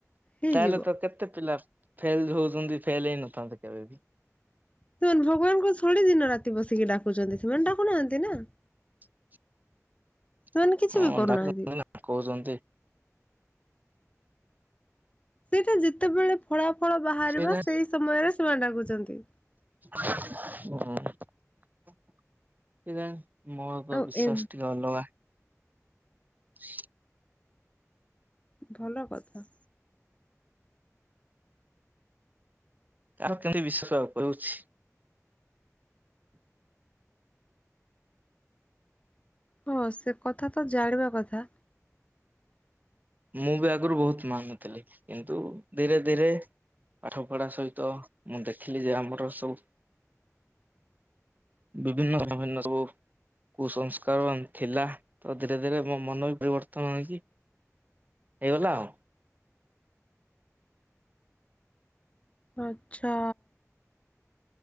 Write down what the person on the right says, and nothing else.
ତାହେଲେ ତ କେତେ ପିଲା ଫେଲ ହଉଛନ୍ତି ଫେଲ ହେଇନଥାନ୍ତେ କେବେ ବି।
<inaudible>
ହଁ
ଡାକୁଛନ୍ତି ନା କହୁଛନ୍ତି।
କେଜାଣି
<unintelligible> କେଜାଣି ମୋର ତ ବିଶ୍ୱାସ ଟିକେ
ଅଲଗା। <inaudible>
କାାର କେମତି ବିଶ୍ୱାସ କହୁଛି।
ମୁଁ ବି ଆଗରୁ ବହୁତ ମାନୁଥିଲି କିନ୍ତୁ ଧୀରେ ଧୀରେ ପାଠପଢା ସହିତ ମୁଁ ଦେଖିଲି ଯେ ଆମର ସବୁ ବିଭିନ୍ନଭିନ୍ନ ସବୁ କୁସଂସ୍କାର ଥିଲା ତ ଧୀରେ ଧୀରେ ମୋ ମନ ବି ପରିବର୍ତ୍ତନ ଆଣିଛି। ଏଇଗଲା ଆଉ।